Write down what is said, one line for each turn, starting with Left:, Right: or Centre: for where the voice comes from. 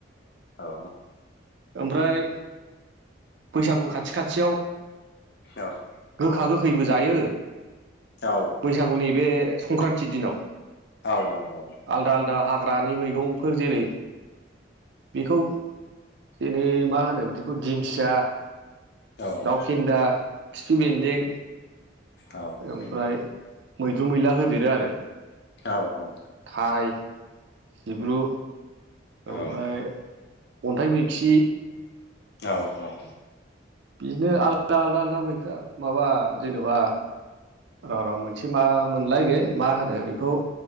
Left: औ।
Right: ओमफ्राय बैसागु खाथि खाथियाव।
Left: औ।
Right: गोखा गोखैबो जायो
Left: औ
Right: बैसागुनि बे संक्रान्ति दिनाव।
Left: औ औ औ।
Right: आलदा आलदा हाग्रानि मैगंफोर जेरै बेखौ जेनै मा होनो बिदि बेखौ दिंखिया,
Left: औ
Right: दाउ फेन्दा, खिफि बेन्दों
Left: औ
Right: ओमफ्राय मैद्रु मैला होदेरो आरो
Left: औ औ
Right: थाराय जिब्रु
Left: औ
Right: ओमफ्राय अन्थाइ मैखि
Left: औ औ।
Right: बिदिनो आलदा आलदा आलदा मैखा माबा जेनबा र' र' मोनसे मा मोनलाय बे मा होनो बेखौ